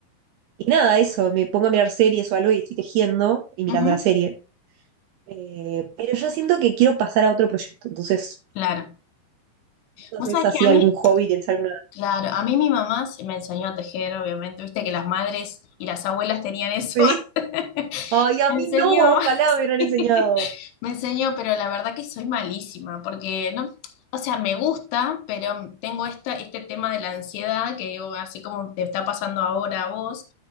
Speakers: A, on the right; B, on the left.
A: y nada, eso, me pongo a mirar series o algo y estoy tejiendo y mirando
B: ujú,
A: la serie. Eh, pero yo siento que quiero pasar a otro proyecto, entonces,
B: claro.
A: no
B: Vos
A: sé
B: sabés
A: si así
B: que a
A: algún
B: mí,
A: hobby, tienes alguna... <laughs>
B: Claro, a mí mi mamá se me enseñó a tejer, obviamente, viste que las madres y las abuelas tenían eso.
A: Sí.
B: antes. <laughs>
A: Ay, a
B: Me
A: mí
B: enseñó,
A: no, ojalá
B: <laughs> sí,
A: me hubieran enseñado.
B: me enseñó, pero la verdad que soy malísima, porque no, o sea, me gusta, pero tengo esta, este tema de la ansiedad que digo, así como te está pasando ahora a vos,